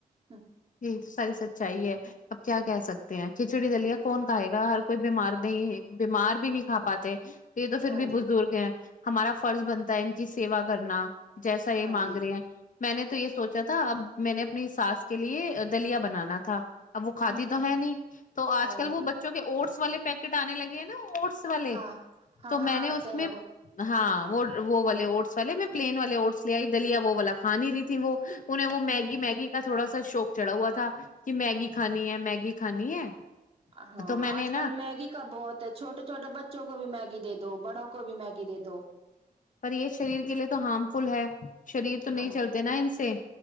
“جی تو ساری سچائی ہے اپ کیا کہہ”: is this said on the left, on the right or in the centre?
Left